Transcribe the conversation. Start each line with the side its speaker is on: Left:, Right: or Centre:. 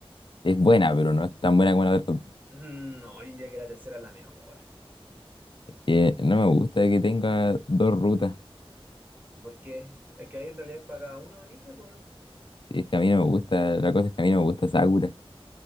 Left: es buena, pero no es tan buena como la otra.
Right: Mm, No, yo diría que la tercera es la mejor.
Left: Que no me gusta que tenga dos rutas.
Right: ¿Por qué? Es que ahí en realidad es para cada uno, elige, pues no.
Left: Es que a mí no me gusta, la cosa es que a mí no me gusta Sakura.